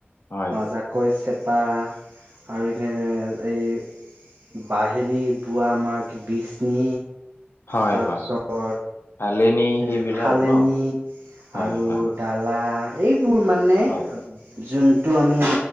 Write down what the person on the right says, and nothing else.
জাকৈ, চেপা আৰু এনে <unintelligible> এই বাহেৰি বোৱা আমাৰ বিচনি।
তাৰপিছত
এ,
খালেনী
আৰু
দালা এইবোৰ মানে
যোনটো আমি